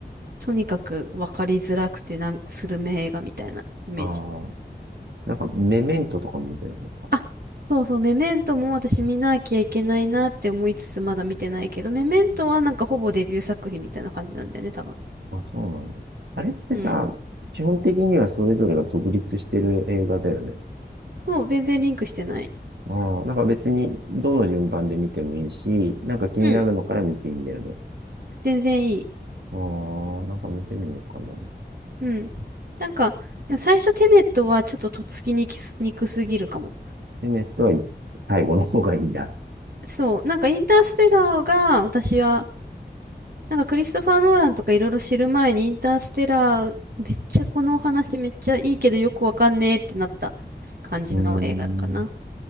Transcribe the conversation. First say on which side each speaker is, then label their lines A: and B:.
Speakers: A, on the right; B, on the right.
A: とにかく分かりづらくてなん、スル映画みたいなイメージ。
B: ああ、なんか、メメントとかも見てなかっ
A: あそうそう、メメントも私見なきゃいけないなって思いつつまだ見てないけど、メメントはなんかほぼデビュー作品みたいな感じなんだよね、多分。
B: た。あ、そうなんだ。あれってさ、
A: うん
B: 基本的にはそれぞれが独立してる映画だよね。
A: そう、全然リンクしてない。
B: ああ、なんか別に、どの順番で見てもいいし、なんか気になるのから見ていいんだよね。
A: うん。全然いい。
B: ああ、なんか見てみようかな。
A: うん。なんか、いや最初テネットはちょっととっつきにくすぎるかも。
B: で、ネットは最後の方がいいんだ。
A: そう。なんかインターステラーが私は、なんかクリストファー・ノーランとかいろいろ知る前にインターステラーめっちゃこのお話めっちゃいいけどよくわかんねえってなった感じの映画かな。
B: うーん。
A: だ